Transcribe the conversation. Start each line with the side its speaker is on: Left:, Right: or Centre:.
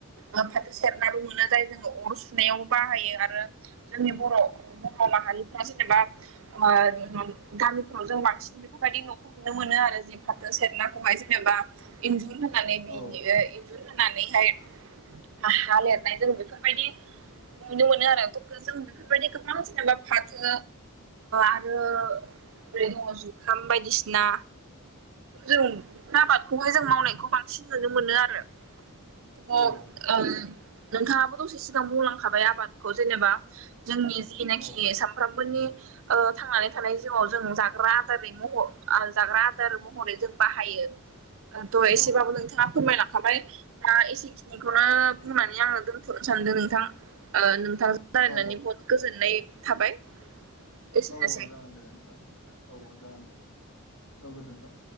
Right: ओ फाथो सेरनाबो मोनो जाय जोङो अर सुनायाव बाहायो आरो जोंनि बर' बर' माहारिफ्रा जेनेबा ओ उम गामिफोराव जों बांसिन बेफोरबायदि न'खौ नुनो मोनो आरो जों फाथो सेरनाखौहाय जेनेबा इन्जुर <unintelligible> होनानै बेनि
Left: औ
Right: ओ इन्जुर होनानैहाय हा हा लिरनाय जों बेफोरबायदि नुनो मोनो आरो थ' खो जों बेफोरबायदि गोबां जेनेबा फाथो आरो बे दङस जुखाम बायदिसिना जों आबादखौहाय जों मावनायखौ बांसिन नुनो मोनो आरो <unintelligible> ओम
Left: औ
Right: नोंथाङाबो दसे सिगां बुंलांखाबाय आबादखौ जेनेबा जोंनि जिनाखि
Left: औ
Right: सामफ्रामबोनि ओ थांनानै थानाय ज जिआव जोङो जाग्रा आदारै मह आ जाग्रा आदार महरै जों बाहायो। ओ दहय
Left: औ
Right: एसेबाबो नोंथाङा फोरमायलांखाबाय दा एसेखिनिखौनो बुंनानै आङो दोन थ सानदों नोंथां ओ नोंथांजों रायलायनानै
Left: औ
Right: बहुद गोजोननाय थाबाय। एसेनोसै
Left: औ अ जागोन दे नोंथां औ ओ जागोन दे औ गोजोनथों।